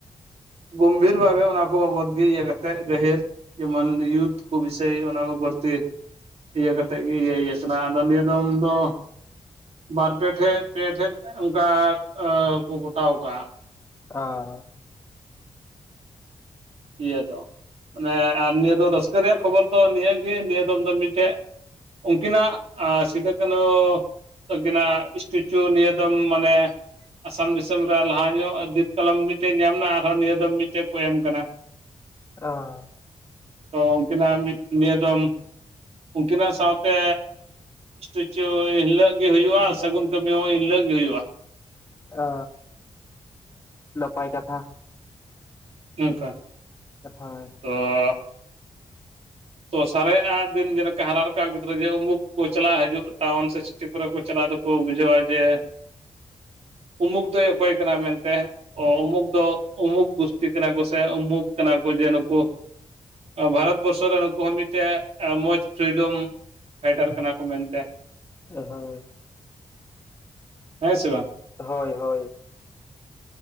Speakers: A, on the right; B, on the left.
A: ᱜᱚᱢᱵᱷᱤᱨ ᱵᱷᱟᱹᱵᱮ ᱚᱱᱟ ᱠᱚ ᱵᱟᱵᱚᱛ ᱜᱮ ᱤᱭᱟᱹ ᱠᱟᱛᱮᱫ ᱜᱟᱹᱦᱤᱨ ᱡᱮ ᱢᱟᱱᱭᱩᱫ ᱠᱚ ᱵᱤᱥᱚᱭ ᱚᱱᱟ ᱠᱚ ᱵᱟᱹᱲᱛᱮ ᱤᱭᱟᱹ ᱠᱟᱛᱮᱫ ᱜᱮ ᱤᱭᱟᱹ ᱤᱭᱟᱹ ᱠᱟᱱᱟ᱾ ᱟᱫᱚ ᱱᱤᱭᱟᱹ ᱫᱚᱢ ᱫᱚ ᱵᱟᱨ ᱯᱮ ᱴᱷᱮᱡ ᱯᱮ ᱴᱷᱮᱡ ᱚᱱᱠᱟ ᱠᱚ ᱜᱚᱴᱟᱣ ᱟᱠᱟᱹ
B: ᱟᱸ᱾
A: ᱤᱭᱟᱹ ᱫᱚ ᱢᱟᱱᱮ ᱟᱨ ᱱᱤᱭᱟᱹ ᱫᱚ ᱨᱟᱹᱥᱠᱟᱹ ᱨᱮᱭᱟᱜ ᱠᱷᱚᱵᱚᱨ ᱫᱚ ᱱᱤᱭᱟᱹᱜᱮ ᱱᱤᱭᱟᱹ ᱫᱚᱢ ᱫᱚ ᱢᱤᱫᱴᱮᱡ ᱩᱱᱠᱤᱱᱟᱜ ᱥᱤᱫᱟ- ᱠᱟᱹᱱᱦᱩ ᱟᱹᱠᱤᱱᱟᱹ ᱥᱴᱮᱪᱩ ᱱᱤᱭᱟᱹ ᱫᱚᱢ ᱢᱟᱱᱮ ᱟᱥᱟᱢ ᱫᱤᱥᱚᱢ ᱨᱮ ᱞᱟᱦᱟ ᱧᱚᱜ ᱡᱤᱛ ᱠᱟᱞᱚᱢ ᱢᱤᱫᱴᱮᱡ ᱧᱟᱢ ᱮᱱᱟ ᱟᱨᱦᱚᱸ ᱱᱤᱭᱟᱹ ᱫᱚᱢ ᱢᱤᱫᱴᱮᱡ ᱠᱚ ᱮᱢ ᱟᱠᱟᱱᱟ᱾
B: ᱚᱸ᱾
A: ᱛᱚ ᱩᱱᱠᱤᱱᱟᱜ ᱢᱤᱫ ᱱᱤᱭᱟᱹ ᱫᱚᱢ ᱩᱱᱠᱤᱱᱟᱜ ᱥᱟᱶᱛᱮ ᱥᱴᱮᱪᱩᱸ ᱮᱱᱦᱤᱞᱟᱹᱜ ᱜᱮ ᱦᱩᱭᱩᱜᱼᱟ᱾ ᱥᱟᱹᱜᱩᱱ ᱠᱟᱹᱢᱤ ᱦᱚᱸ ᱮᱱᱦᱤᱞᱟᱹᱜ ᱜᱮ, ᱦᱩᱭᱩᱜᱼᱟ᱾
B: ᱚ ᱱᱟᱯᱟᱭ ᱠᱟᱛᱷᱟ᱾
A: ᱚᱱᱠᱟ <unintelligible>
B: ᱦᱳᱭ᱾
A: ᱛᱚ <unintelligible> ᱛᱚ ᱥᱟᱨᱮ-ᱜ ᱟ ᱫᱤᱱ ᱡᱮᱞᱠᱟ᱾ ᱦᱟᱨᱟ ᱨᱟᱠᱟᱵ ᱜᱤᱫᱽᱨᱟᱹ ᱡᱮ ᱩᱢᱩᱠ ᱠᱚ᱾ ᱪᱟᱞᱟ-ᱜ ᱦᱤᱡᱩ-ᱜ ᱴᱟᱣᱩᱱ ᱥᱮ ᱪ ᱠᱚᱨᱮ ᱠᱚ ᱪᱟᱞᱟ-ᱜ ᱫᱚ-ᱠᱚ ᱵᱩᱡᱟᱹᱣᱟ᱾ ᱡᱮ
B: <inaudible>
A: ᱩᱢᱩᱠ ᱫᱚᱭ, ᱚᱠᱚᱭ ᱠᱟᱱᱟ ᱢᱮᱱᱛᱮ᱾ ᱚᱸ ᱩᱢᱩᱠ ᱫᱚ᱾ ᱩᱢᱩᱠ ᱜᱩᱥᱴᱤ ᱠᱟᱱᱟ ᱠᱚ᱾ ᱥᱮ ᱩᱢᱩᱠ ᱠᱟᱱᱟ ᱠᱚ ᱡᱮ ᱱᱩᱠᱩ ᱟ ᱵᱷᱟᱨᱚᱛ ᱵᱚᱨᱥᱚ ᱨᱮ ᱟᱠᱚ ᱦᱚᱸ ᱢᱤᱫᱴᱮᱱ, ᱢᱚᱡᱽ ᱯᱷᱽᱤᱨᱤᱰᱚᱢ ᱯᱷᱟᱭᱴᱟᱨ ᱠᱟᱱᱟ ᱠᱚ ᱾ ᱢᱮᱱᱛᱮ
B: ᱚ ᱦᱚᱸ᱾
A: ᱦᱮᱸ ᱥᱮ ᱵᱟᱝ᱾
B: ᱦᱳᱭ - ᱦᱳᱭ᱾